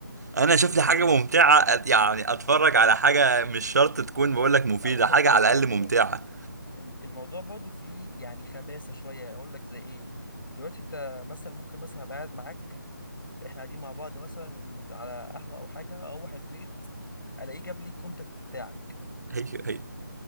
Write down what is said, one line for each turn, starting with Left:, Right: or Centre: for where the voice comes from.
Right: انا شفت حاجه ممتعه أت- يعني اتفرج على حاجه مش شرط تكون بقول لك مفيده
Left: لا وخد
Right: حاجه
Left: بالك
Right: على
Left: برضو
Right: الاقل ممتعه
Left: الم- الموضوع برضو فيه يعني خباثه شويه اقول لك زي ايه دلوقتي انت مثلا ممكن مثلا ابقى قاعد معاك احنا قاعدين مع بعض مثلا على قهوه او حاجه اروح البيت الاقيه جاب لي الكونتاكت بتاعك
Right: هي هي